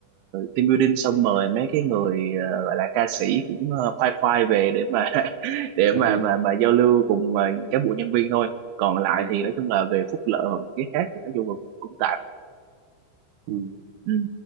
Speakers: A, on the right; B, on the right.
A: team building xong mời mấy cái người ờ, gọi là ca sĩ cũng ờ, khoai khoai về để mà <laughs> để
B: <laughs>
A: mà mà mà giao lưu cùng ờ, các bộ nhân viên thôi còn lại
B: Ừ.
A: thì nói chung là về phúc lợi hoặc những cái khác thì nói chung là cũng tạm
B: Ừ.
A: ừ,